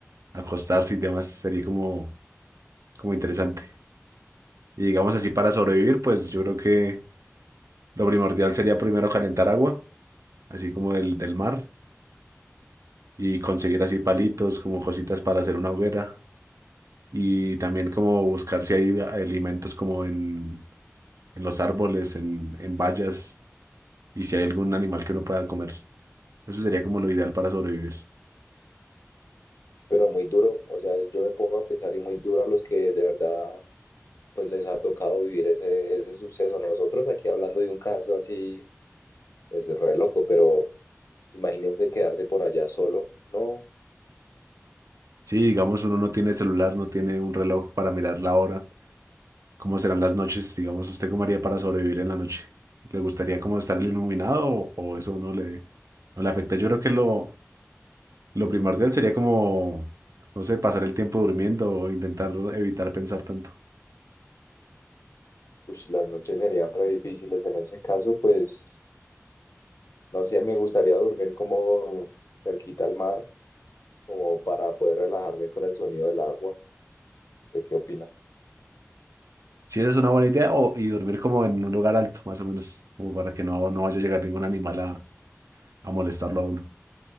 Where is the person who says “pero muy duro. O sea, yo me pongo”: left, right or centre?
Left